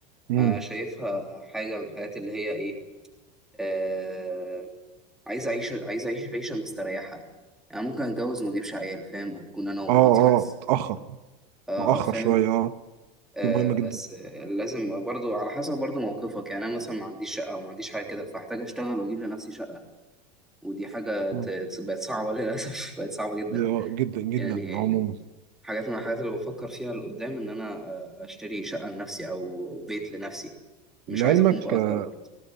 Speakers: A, on the right (about 85°); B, in the centre.
A: مم.
B: انا شايفها حاجة من الحاجات اللي هي ايه آه عايز اعيش عايز اعيش عيشة مستريحة يعني ممكن اتجوز وما اجيبش عيال فاهم اكون انا ومراتي
A: اه اه
B: بس
A: اتأخر
B: اه
A: مؤخر
B: آه، فاهم
A: شوية اه
B: آه،
A: دي مهمة
B: بس
A: جدا
B: آه، لازم برضو على حسب برضو موقفك يعني انا مثلا ما عنديش شقه او ما عنديش حاجه كده فاحتاج اشتغل واجيب لنفسي شقه ودي حاجه
A: مم.
B: ت- ت- بقت صعبه للاسف <laughs> بقت صعبه جدا
A: دي اه جدا جدا
B: يعني
A: عموما
B: حاجات من الحاجات اللي بفكر فيها لقدام ان انا آه، اشتري شقه لنفسي او بيت لنفسي مش
A: لعلمك
B: عايز اكون بأجر
A: اه
B: برضو